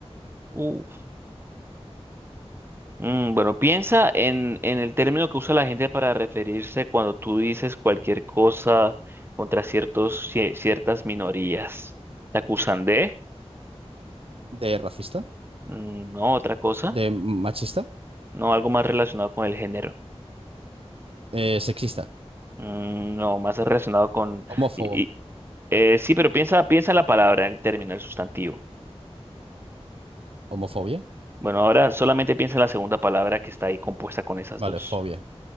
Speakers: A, on the right; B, on the right.
A: uf, mm, bueno, piensa en, en el término que usa la gente para referirse cuando tú dices cualquier cosa contra ciertos, cie- ciertas minorías. ¿Te acusan de?
B: ¿De racista?
A: Mm, No, otra cosa.
B: ¿De machista?
A: No, algo más relacionado con el género.
B: Eh, ¿sexista?
A: Mm, No, más relacionado con...
B: ¿Homófobo?
A: y- y- eh, sí, pero piensa, piensa en la palabra, en el término, el sustantivo.
B: ¿Homofobia?
A: Bueno, ahora solamente piensa en la segunda palabra que está ahí compuesta con esas
B: Vale,
A: dos.
B: fobia.